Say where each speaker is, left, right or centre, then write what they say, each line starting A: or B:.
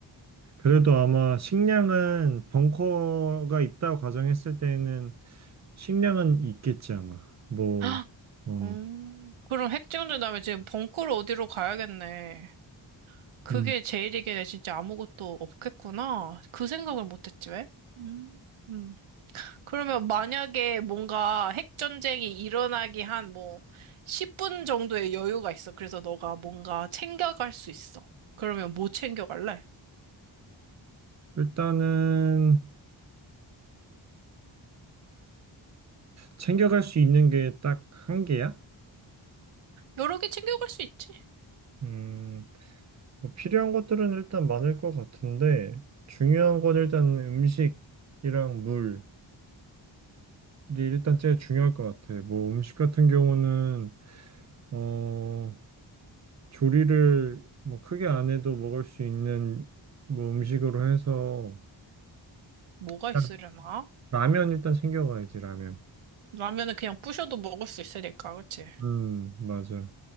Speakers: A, on the right; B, on the right.
A: 그래도 아마 식량은 벙커가 있다고 가정했을 때는 식량은 있겠지, 아마. 뭐,
B: <gasps> 아,
A: 어,
B: 음, 그럼 핵정전 다음에 지금 벙커를 어디로 가야겠네. 그게
A: 음.
B: 제일이겠네. 진짜 아무것도 없겠구나. 그 생각을 못했지, 왜? 음, 음. 그러면 만약에 뭔가 핵전쟁이 일어나기 한 뭐 10분 정도의 여유가 있어. 그래서 너가 뭔가 챙겨갈 수 있어. 그러면 뭐 챙겨갈래?
A: 일단은 챙겨갈 수 있는 게 딱 한 개야?
B: 여러 개 챙겨갈 수 있지.
A: 음, 뭐 필요한 것들은 일단 많을 것 같은데, 중요한 건 일단 음식이랑 물이 일단 제일 중요할 것 같아. 뭐 음식 같은 경우는 어, 조리를 뭐 크게 안 해도 먹을 수 있는 뭐 음식으로 해서
B: 뭐가
A: 일단
B: 있으려나?
A: 라면 일단 챙겨가야지 라면.
B: 라면은 그냥 부셔도 먹을 수 있으니까, 그치?
A: 음, 맞아.